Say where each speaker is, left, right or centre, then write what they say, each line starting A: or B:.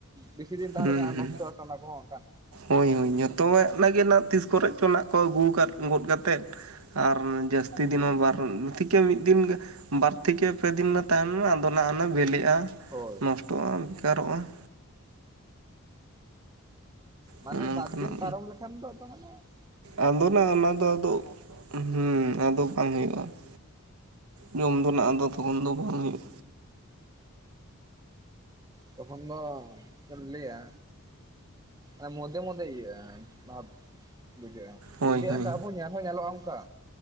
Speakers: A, on the right; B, on the right.
A: ᱵᱮᱥᱤ ᱫᱤᱱ ᱛᱟᱦᱮᱸᱱᱠᱷᱟᱱ
B: ᱦᱩᱸ
A: ᱟᱨ
B: ᱦᱩᱸ᱾
A: ᱱᱚᱥᱴᱚᱜᱼᱟ ᱥᱮ ᱚᱱᱟ ᱠᱚᱦᱚᱸ ᱮᱠᱷᱟᱱ ᱾
B: ᱦᱳᱭ ᱦᱳᱭ ᱡᱚᱛᱚᱣᱟᱜ ᱚᱱᱟᱜᱮ ᱱᱟᱜ ᱛᱤᱥ ᱠᱚᱨᱮ ᱪᱚ ᱱᱟᱜ ᱠᱚ ᱟᱹᱜᱩ ᱟᱠᱟᱫ ᱜᱚᱫ ᱠᱟᱛᱮᱫ ᱾ ᱟᱨ <unintelligible> ᱡᱟᱹᱥᱛᱤ ᱫᱤᱱ
A: ᱦᱮᱸ
B: ᱦᱚᱸ ᱵᱟᱨ ᱛᱷᱮᱠᱮ ᱢᱤᱽᱫᱤᱱ ᱵᱟᱨ ᱛᱷᱮᱠᱮ ᱯᱮ ᱫᱤᱱ ᱱᱟᱜ ᱛᱟᱦᱮᱱ ᱢᱮ ᱟᱫᱚ ᱚᱱᱟ ᱚᱱᱟ ᱵᱮᱞᱮ
A: ᱦᱳᱭ
B: ᱱᱚᱥᱴᱚᱜᱼᱟ ᱵᱮᱠᱟᱨᱚᱜᱼᱟ ᱾
A: ᱢᱟᱱᱮ
B: ᱚᱱᱮ
A: ᱵᱟᱨ
B: ᱚᱱᱠᱟᱱᱟᱜ
A: ᱫᱤᱱ ᱯᱟᱨᱚᱢ ᱞᱮᱠᱷᱟᱱ ᱫᱚ ᱟᱫᱚ ᱢᱟᱱᱮ ᱾
B: ᱟᱫᱚ ᱱᱟᱜ ᱚᱱᱟ ᱫᱚ ᱟᱫᱚ ᱦᱮᱸ ᱟᱫᱚ ᱵᱟᱝ ᱦᱩᱭᱩᱜᱼᱟ ᱾ ᱡᱚᱢ ᱫᱚ ᱱᱟᱜ ᱟᱫᱚ ᱛᱟᱵᱚᱱ ᱫᱚ ᱵᱟᱝ ᱦᱩᱭᱩᱜ-ᱟ᱾
A: ᱛᱚᱠᱷᱚᱱ ᱫᱚ ᱪᱮᱜ-ᱮᱢ ᱞᱟᱹᱭᱟ ᱟᱨ ᱢᱚᱫᱮ ᱢᱚᱫᱮ ᱤᱭᱟᱹᱜ-ᱟ ᱵᱷᱟᱯ ᱵᱩᱡᱷᱟᱹᱜ-ᱟ᱾
B: ᱦᱳᱭ
A: ᱵᱩᱡᱷᱟᱹᱜ-ᱟ
B: ᱦᱳᱭ
A: ᱛᱟᱨᱯᱚᱨ ᱧᱮᱞ ᱦᱚᱸ ᱧᱮᱞᱚᱜ-ᱟ ᱚᱱᱠᱟ᱾